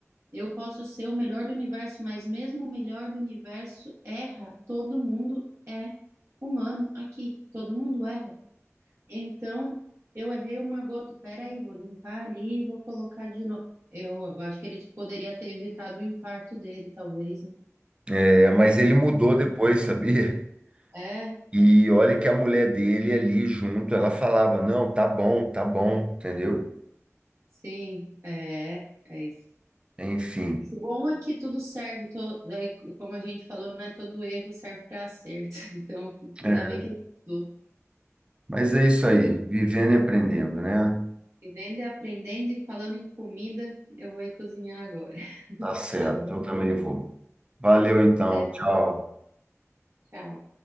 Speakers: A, on the right; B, on the right.
A: Eu posso ser o melhor do universo, mas mesmo o melhor do universo erra. Todo mundo é humano aqui. Todo mundo erra. Então, eu errei uma gota. Peraí, vou limpar ali, vou colocar de novo. Eu acho que ele poderia ter evitado o infarto dele, talvez, né?
B: É, mas ele mudou depois, sabia?
A: É,
B: E olha que a mulher dele ali junto, ela falava, não, tá bom, tá bom, entendeu?
A: sim, é, é isso.
B: Enfim.
A: O bom é que tudo serve, to- daí, como a gente falou, não é todo erro serve para acerto. <laughs> Então, ainda
B: É,
A: bem que ele mudou.
B: mas é isso aí, vivendo e aprendendo, né?
A: Vivendo e aprendendo e falando em comida, eu vou ir cozinhar agora, <laughs>
B: Tá certo,
A: tá bom?
B: eu também vou. Valeu então,
A: Até,
B: tchau.
A: Tchau.